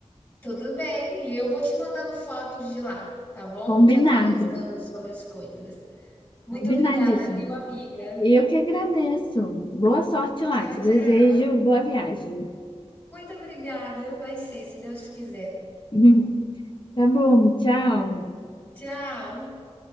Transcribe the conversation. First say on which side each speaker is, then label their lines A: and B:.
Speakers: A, on the left; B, on the left.
A: tudo bem. E eu vou te mandando fotos de lá, tá bom?
B: Combinado.
A: Te atualizando sobre as coisas. Muito
B: Combinadíssimo.
A: obrigada, viu, amiga?
B: Eu que agradeço. Boa sorte lá.
A: Tchau,
B: Te desejo
A: tchau.
B: boa viagem.
A: Muito obrigada, vai ser, se Deus quiser.
B: <laughs> Tá bom, tchau.
A: Tchau.